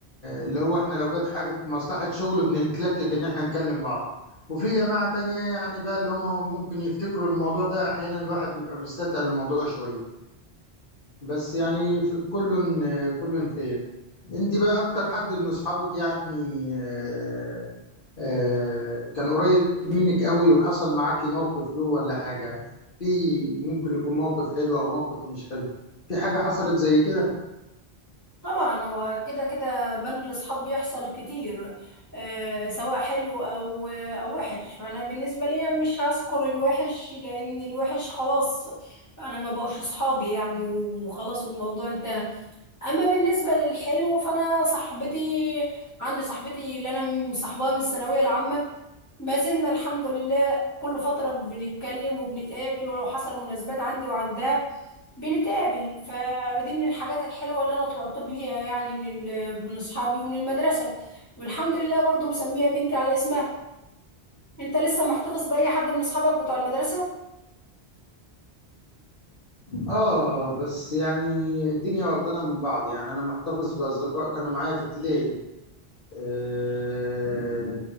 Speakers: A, on the left (about 55°); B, on the left (about 15°).
A: اللي هو احنا لو جت حاجه مصلحه شغل بنتلكك ان احنا نكلم بعض وفي جماعه تانية يعني بقى اللي هم ممكن يفتكروا الموضوع ده احيانا الواحد بيبقى مستثقل الموضوع شويه بس يعني في كل كل خير انت بقى اكتر حد من اصحابك يعني آه، آه، كان قريب منك قوي وحصل معاكي موقف له ولا حاجة في ممكن يكون موقف حلو أو موقف مش حلو في حاجة حصلت زي كده
B: طبعا هو كده كده بين الاصحاب بيحصل كتير آه سواء حلو او او وحش فانا بالنسبة لي مش هذكر الوحش لان الوحش خلاص انا ما بقوش اصحابي يعني وخلاص الموضوع انتهى اما بالنسبه للحلو فانا صاحبتي عندي صاحبتي اللي انا مصاحباها من الثانويه العامه ما زلنا الحمد لله كل فتره بنتكلم وبنتقابل ولو حصل مناسبات عندي وعندها بنتقابل فدي من الحاجات الحلوه اللي انا طلعت بيها يعني من ال- من اصحابي ومن المدرسه والحمد لله برضو مسميه بنتي على اسمها انت لسه محتفظ باي حد من اصحابك بتوع المدرسه
A: آه بس يعني الدنيا واخدانا من بعض يعني أنا محتفظ بأصدقاء كانوا معايا في ابتدائي آه